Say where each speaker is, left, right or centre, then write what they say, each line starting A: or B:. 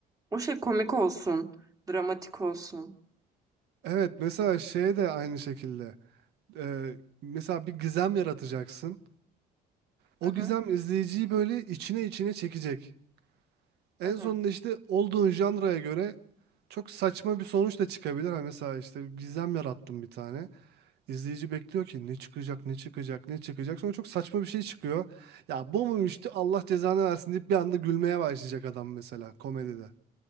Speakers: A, on the right; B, on the right.
A: o şey komik olsun, dramatik olsun.
B: Evet mesela şey de aynı şekilde. Ee, mesela bir gizem yaratacaksın. O
A: Hı hı.
B: gizem izleyiciyi böyle içine içine çekecek. En
A: Hı hı.
B: sonunda işte olduğun janraya göre çok saçma bir sonuç da çıkabilir. Hani mesela işte gizem yarattım bir tane. İzleyici bekliyor ki ne çıkacak, ne çıkacak, ne çıkacak. Sonra çok saçma bir şey çıkıyor. Ya bu muymuş Allah cezanı versin deyip bir anda gülmeye başlayacak adam mesela komedide.